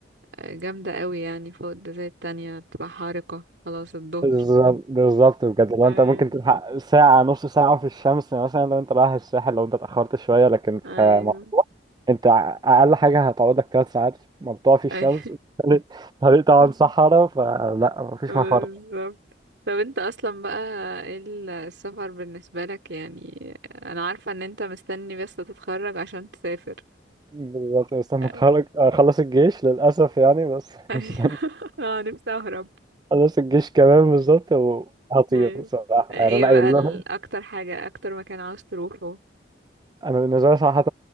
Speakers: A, on the right; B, on the right.
A: جامدة قوي يعني فوق ده زي التانية بتبقى حارقة خلاص الظهر
B: بالظبط بالظبط بجد لو
A: ايوه
B: انت ممكن تلحق ساعة نص ساعة في الشمس مثلا لو انت رايح الساحل لو انت اتأخرت شوية لكن في
A: ايوه
B: مطروح انت ع- أقل حاجة هتقعدك تلات ساعات مقطوع في الشمس
A: ايوه <laughs>
B: طريق طريق طبعا صحراء فلا مفيش
A: بالظبط
B: مفر
A: طب انت اصلا بقى ايه ال- السفر بالنسبة لك يعني انا عارفة ان انت مستني بس تتخرج عشان تسافر
B: بالظبط مستني
A: ايوه
B: اتخرج اخلص الجيش للأسف يعني بس
A: <laughs>
B: <laughs>
A: أيوة.
B: مستني
A: اه نفسي اهرب
B: اخلص الجيش كمان بالظبط وهطير
A: ايوه
B: صراحة
A: ايه
B: يعني انا
A: بقى
B: قايل لهم
A: ال- اكتر حاجة اكتر مكان عاوز تروحه
B: انا بالنسبه لي صراحه